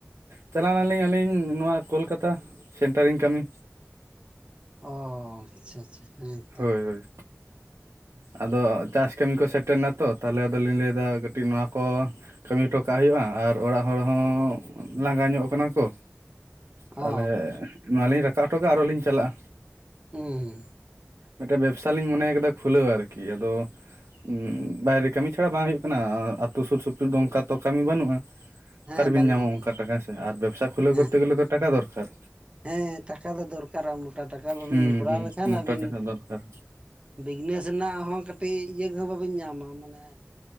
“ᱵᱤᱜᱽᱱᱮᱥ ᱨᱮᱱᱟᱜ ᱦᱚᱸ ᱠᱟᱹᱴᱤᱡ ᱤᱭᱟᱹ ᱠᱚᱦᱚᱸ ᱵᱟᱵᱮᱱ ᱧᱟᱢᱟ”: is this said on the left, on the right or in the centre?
Right